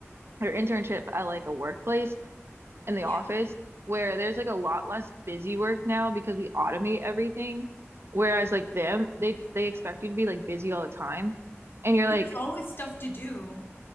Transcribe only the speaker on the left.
Yeah.
Because
there's always stuff to do.